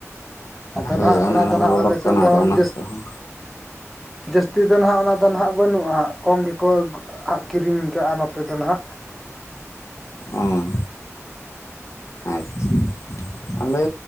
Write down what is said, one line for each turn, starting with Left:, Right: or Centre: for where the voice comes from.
Centre: ᱟᱫᱚ
Left: ᱦᱳᱭ
Centre: ᱱᱟ ᱦᱟᱸᱜ
Left: ᱚᱱᱮ
Centre: ᱚᱱᱟ ᱫᱚᱦ
Left: ᱠᱚᱜᱮ
Centre: ᱱᱟᱸᱜ ᱟᱞᱮ
Left: ᱚᱰᱳᱠ
Centre: ᱥᱮᱫ
Left: ᱠᱟᱱᱟ
Centre: ᱫᱚᱦᱚᱸ
Left: ᱟᱫᱚ ᱚᱱᱟ
Centre: ᱡᱟᱹᱥ
Left: ᱠᱚᱦᱚᱸ
Centre: ᱡᱟᱹᱥᱛᱤ ᱫᱚ ᱱᱟᱦᱟᱜ ᱚᱱᱟ ᱫᱚ ᱱᱟᱦᱟᱜ ᱵᱟᱹᱱᱩᱜᱼᱟ ᱠᱚᱢ ᱜᱮᱠᱚ ᱟᱜ ᱠᱤᱨᱤᱧ ᱠᱟᱜᱼᱟ ᱱᱚᱛᱮ ᱫᱚ ᱱᱟᱦᱟᱜ᱾
Left: ᱚᱸ ᱟᱪᱪᱷᱟ ᱟᱞᱮ